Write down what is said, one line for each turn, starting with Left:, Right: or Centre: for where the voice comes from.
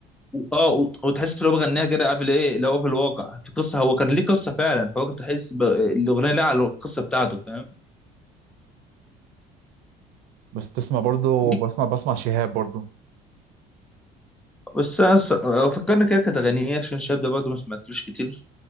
Centre: اه و- وتحس لو بغنيها كده عارف اللي ايه اللي هو في الواقع في قصه هو كان ليه قصه فعلا فهو كنت تحس ب... الاغنيه لها على القصه بتاعته فاهم
Right: بس تسمع برضه
Centre: ليه؟
Right: بسمع بسمع شهاب برضه
Centre: بس انا الصراحة- فكرني كده كانت اغانيه إيه، عشان الشاب ده برضه ما سمعتلوش كتير